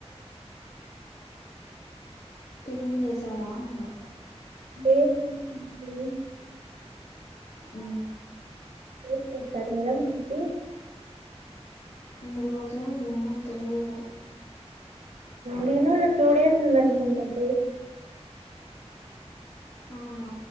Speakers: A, on the left; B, on the right.
A: టిఫిన్ చేసావా అన్నా
B: లేదు సింధు
A: ఊ
B: ఫ్రూట్స్ పెడతారు కదా మన్ కి
A: ఈ రోజా ఏమో తెలిదు
B: నేను టూ డేస్ ఉందనుకుంటా దోసలు
A: అవునా